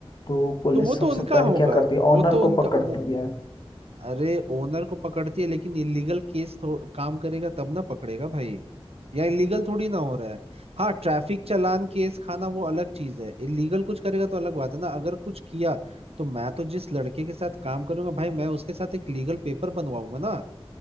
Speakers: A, on the left; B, on the right.
A: तो पुलिस
B: तो वो तो
A: सबसे
B: उनका
A: पहले
B: होगा
A: क्या करती है
B: वो
A: ऑनर
B: तो उनका
A: को पकड़ती
B: वो,
A: है
B: अरे ओनर को पकड़ती है लेकिन इलीगल केस थो, काम करेगा तब ना पकड़ेगा भाई या इलीगल थोड़ी ना हो रहा है हाँ ट्रैफिक चालान केस खाना वो अलग चीज है इलीगल कुछ करेगा तो अलग बात है ना अगर कुछ किया तो मैं तो जिस लड़के के साथ काम करूंगा भाई मैं उसके साथ एक लीगल पेपर बनवाऊंगा ना